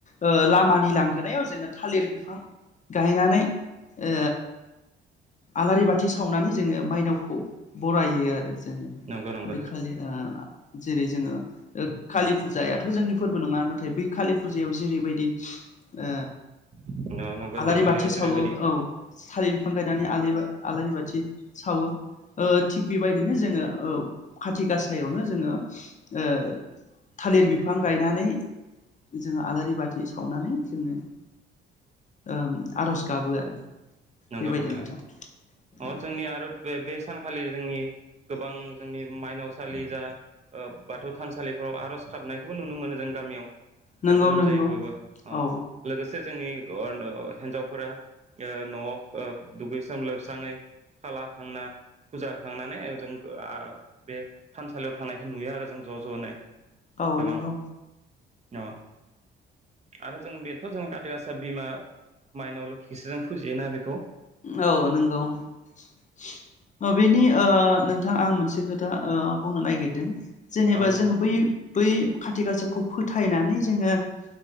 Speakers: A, on the left (about 40°); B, on the right (about 35°).
A: ओ लामानि लांगोनायाव जोङो थालिर बिफां गायनानै ओ आलारि बाथि सावनानै जोङो माइनाव खौ बरायो आरो
B: नंगौ नंगौ
A: बे खालि ओ जेरै जोङो ओ कालि फुजायाथ' जोंनि फोरबो नङा नाथाय बै कालि फुजायाव जेरैबायदि ओ
B: नोंथां नंगौ
A: आलारि
B: दिवालियाव
A: बाथि सावो
B: जेरैबायदि
A: औ थालिर बिफां गायनानै आलि बा आलारि बाथि सावो थिग बेबायदिनो जोङो ओ खाथि गासायावनो जोङो ओ थालिर बिफां गायनानै जोङो आलारि बाथि सावनानै जोङो ओ आर'ज गाबो आरो
B: नंगौ
A: बेबायदि
B: नंगौ
A: नोंथां
B: नंग
A: औ
B: अ जोंनि आरो बे सानखालि जोंनि गोबां जोंनि माइनावसालि जा ओ बाथौ थानसालिफ्राव आर'ज गाबनायखौबो नुनो मोनो जों गामियाव
A: नंगौ
B: गाजा गोमजायै
A: नंगौ
B: बयबो अ
A: औ
B: लोगोसे जोंनि <unintelligible> हिनजावफोरा ओ न'आव ओ दुगैसोम लोबस्राङै खाला होखांना फुजा होखांनानै जों बे थानसालियाव थांनायखौ नुयो आरो जों ज' ज'नो
A: औ
B: गोबां
A: नोंगौ
B: अ आरो जों बेथ' जों खााथै गासा बिमा माइनाव लोखिखौसो जों फुजियोना बेखौ खौ
A: औ नंगौ बेनि ओ नोंथां आं मोनसे से खोथा ओ बुंनो नागिरदों जेनेबा
B: अ नोंथां
A: जों बै बै खाथि गासाखौ फोथायनानै जोङो